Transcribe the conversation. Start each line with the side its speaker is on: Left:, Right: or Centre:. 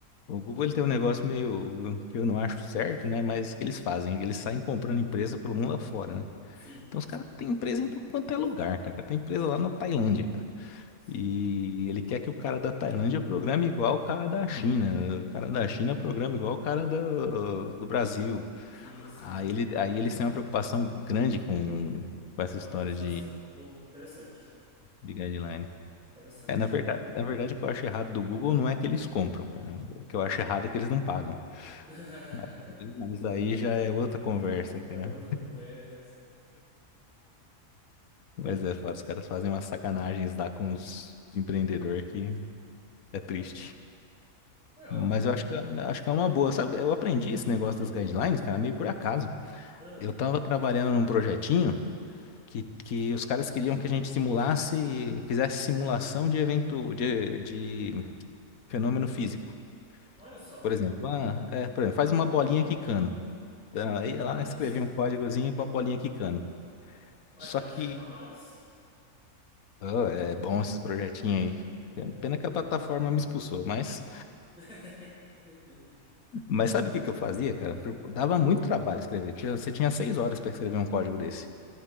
Left: O Google ele tem um negócio meio que eu não acho certo, né? Mas que eles fazem, eles saem comprando empresa pelo mundo afora, né?
Centre: Sim,
Left: Então os caras têm empresa em tudo quanto é lugar, cara. Tem empresa lá na Tailândia, cara.
Centre: sim,
Left: E ele quer que o cara da Tailândia programe igual o cara da China, o cara da China programa igual o cara do, do Brasil.
Centre: sim, sim.
Left: Aí, ele, aí eles têm uma preocupação grande com, com essa
Centre: Com padronização.
Left: história de,
Centre: Pô, interessante.
Left: de guideline.
Centre: Interessante.
Left: É, na verdade, na verdade, o que eu acho errado do Google não é que eles compram, cara. O que eu acho errado é que eles não pagam.
Centre: <laughs>
Left: Mas, aí mas aí já é outra conversa,
Centre: Já
Left: cara.
Centre: é outra conversa,
Left: Mas é foda, os caras fazem umas sacanagens lá com os empreendedores que é
Centre: né?
Left: triste.
Centre: É, ó.
Left: Mas eu acho que, acho que é uma boa. Sabe, eu aprendi esse negócio das guidelines, cara, meio por acaso.
Centre: Ah,
Left: Eu tava trabalhando num projetinho que, que os caras queriam que a gente simulasse, fizesse simulação de evento, de, de fenômeno físico.
Centre: olha só.
Left: Por exemplo, ah, é, por exemplo, faz uma bolinha quicando. Ah, Aí
Centre: Ah,
Left: lá escrevi
Centre: sim.
Left: um códigozinho uma bolinha quicando.
Centre: Uai,
Left: Só
Centre: cara,
Left: que,
Centre: chama nós.
Left: ah, é bom esses projetinhos
Centre: Né?
Left: aí. Pena que a plataforma me expulsou, mas,
Centre: <laughs>
Left: mas sabe o que que eu fazia, cara? Dava muito trabalho escrever. Tinha- você tinha seis horas para escrever um código desse.